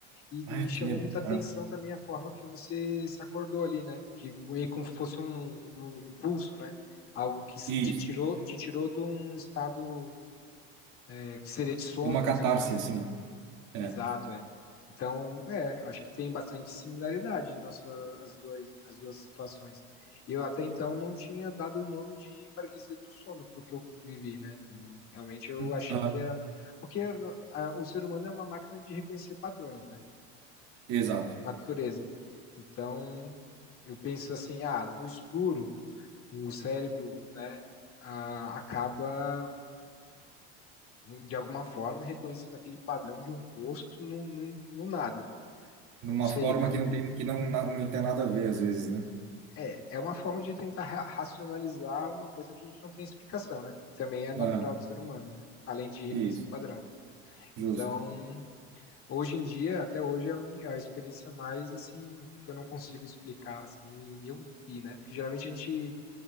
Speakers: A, on the left (about 40°); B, on the right (about 60°).
A: E
B: Ai,
A: me chamou
B: que medo.
A: muita atenção
B: Ah.
A: também a forma que você se acordou ali, né? Que meio como se fosse um, um impulso, né? Algo que te
B: Isso.
A: tirou, te tirou de um estado é, que seria de sono,
B: De uma catarse,
A: ou sei
B: assim, né? É.
A: Exato, é. Então, é, acho que tem bastante similaridade nossa, as duas, as duas situações. E eu até então não tinha dado o nome de paralisia do sono pro que eu vivi, né? Eu, realmente eu
B: Hum,
A: achei
B: ah,
A: que era. Porque no- a- o ser humano é uma máquina de reconhecer padrões, né?
B: Exato.
A: Por natureza. Então, eu penso assim, ah, no escuro, o cérebro, né, ah, acaba, de alguma forma, reconhecendo aquele padrão de um rosto no, no, no nada.
B: De
A: Não
B: uma
A: sei,
B: forma
A: né?
B: que não tem, que não, na- nem tem nada a ver, às vezes, né?
A: É, é uma forma de tentar ra- racionalizar uma coisa que a gente não tem explicação, né? Que Também é natural
B: Ah,
A: do ser humano, né? Além de reconhecer
B: Isso.
A: padrão.
B: Justo.
A: Então, hoje em dia, até hoje, é a uni- a experiência mais, assim, que eu não consigo explicar, assim, e eu vi, né? Porque geralmente a gente